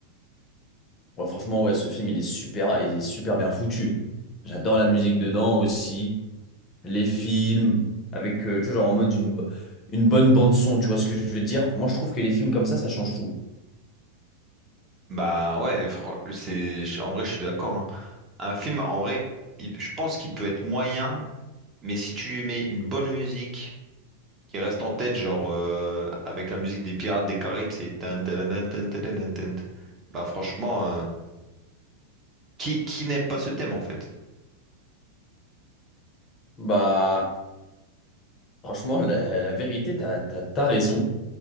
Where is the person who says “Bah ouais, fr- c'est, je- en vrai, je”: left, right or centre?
Right